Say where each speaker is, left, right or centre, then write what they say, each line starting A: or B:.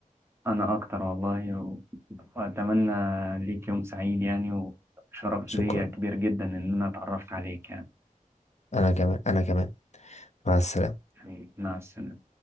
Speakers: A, on the right (about 20°); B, on the left (about 55°).
A: أكتر والله و... وأتمنى ليك يوم سعيد يعني وشرف
B: شكرا
A: ليا كبير جدا إن أنا اتعرفت عليك يعني
B: انا كمان انا كمان مع السلامه
A: حبيبي، مع السلامة